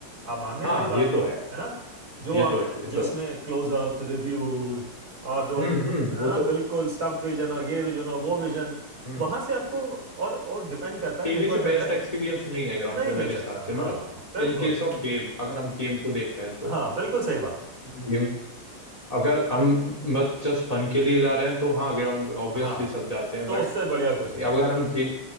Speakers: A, on the right; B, on the left.
A: आप मान रहे
B: हाँ
A: हैं मेरी बात
B: ये
A: को
B: तो है
A: है ना जो
B: ये
A: आप
B: तो है ये
A: जो
B: तो
A: इसमें
B: है
A: क्लोजअप्स रिव्यूज और जो
B: हम्म हम्म
A: है
B: वो
A: ना
B: तो
A: बिल्कुल स्टम्प विजन और ये विजन और वो विजन
B: हम्म
A: वहाँ से आपको और और डिपेंड करता है
B: टीवी
A: निर्भर
B: से बेस्ट
A: करता है
B: एक्सपीरियंस नहीं है ग्राउंड
A: नहीं
B: पे
A: मिल
B: मेरे
A: सकता
B: हिसाब से मतलब
A: हाँ बिल्कुल
B: इन केस ऑफ गेम अगर हम गेम को देख रहे हैं
A: हाँ बिल्कुल सही बात है
B: तो अगर हम बस जस्ट फन के लिए जा रहे हैं तो हाँ ग्राउंड ऑब्वियसली
A: हाँ
B: सब
A: तो
B: जाते हैं
A: तो
B: बट
A: उससे बढ़िया कुछ नहीं
B: अगर
A: है
B: हम गे,